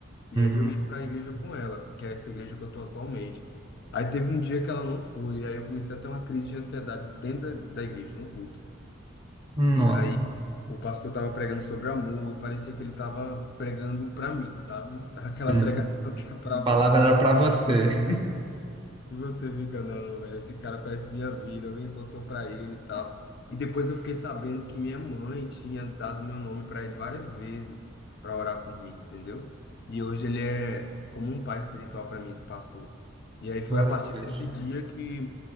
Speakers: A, on the left; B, on the right.
A: e
B: Uhum.
A: aí eu ia para a igreja com ela, que é essa igreja que eu tô atualmente. Aí teve um dia que ela não foi, e aí eu comecei a ter uma crise de ansiedade dentro da da igreja, no culto.
B: Nossa,
A: E aí o pastor estava pregando sobre amor e parecia que ele estava pregando para mim, sabe? <laughs> Aquela
B: sim.
A: pregação que é para
B: A palavra
A: você.
B: era para você.
A: E você fica, não, velho, esse cara conhece minha vida, alguém contou pra ele e tal. E depois eu fiquei sabendo que minha mãe tinha dado meu nome pra ele várias vezes pra orar por mim, entendeu? E hoje ele é como um pai espiritual pra mim, esse pastor. E aí foi
B: Glória
A: a partir
B: a Deus.
A: desse dia que